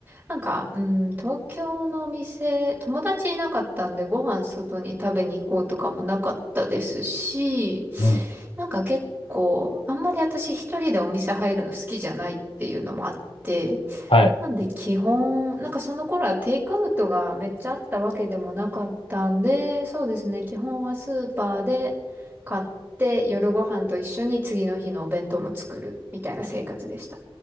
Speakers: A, on the right; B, on the left.
A: なんか、うん、東京のお店、友達いなかったんでご飯外に食べに行こうとかもなかったですし、
B: ね。うん。
A: なんか結構、あんまり私一人でお店入るの好きじゃないっていうのもあって、
B: はい。
A: なんで基本、なんかその頃はテイクアウトがめっちゃあったわけでもなかったんで、そうですね、基本はスーパーで買って夜ご飯と一緒に次の日のお弁当も作るみたいな生活でした。